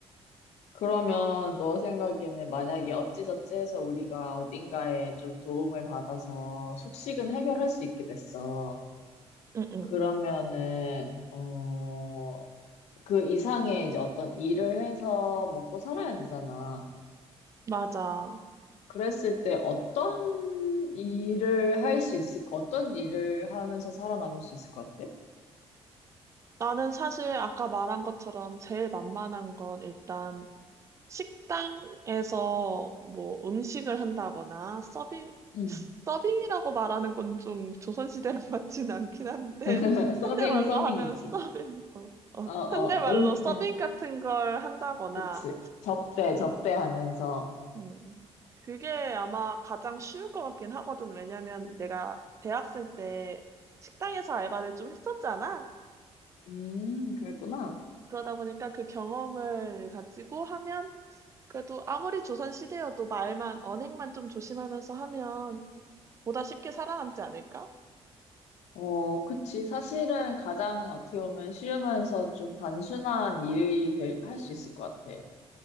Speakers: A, on the left; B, on the right.
A: 그러면 너 생각에는 만약에 어찌저찌 해서 우리가 어딘가에 좀 도움을 받아서 숙식은 해결할 수 있게 됐어.
B: 응응응.
A: 그러면은, 어, 그 이상의 이제 어떤 일을 해서 먹고 살아야 되잖아.
B: 맞아.
A: 그랬을 때 어떤 일을 할 수 있을, 어떤 일을 하면서 살아남을 수 있을 것 같아?
B: 나는 사실 아까 말한 것처럼 제일 만만한 건 일단 식당에서 뭐 음식을 한다거나 서빙,
A: 응.
B: 서빙이라고 말하는 건 좀 조선시대랑 <laughs> 맞진 않긴 한데,
A: <laughs> 서빙은
B: 현대말로
A: 서빙이지.
B: 하면 서빙, 어, 어,
A: 어, 어,
B: 현대말로
A: 응,
B: 서빙
A: 응.
B: 같은 걸 한다거나
A: 그치. 접대, 접대하면서.
B: 음. 그게 아마 가장 쉬울 것 같긴 하거든. 왜냐면 내가 대학생 때 식당에서 알바를 좀 했었잖아.
A: 음, 그랬구나.
B: 그러다 보니까 그 경험을 가지고 하면 그래도 아무리 조선 시대여도 말만, 언행만 좀 조심하면서 하면 보다 쉽게 살아남지 않을까?
A: 어, 그치. 사실은 가장 어떻게 보면 쉬우면서 좀 단순한 일이 할 수 있을 것 같아.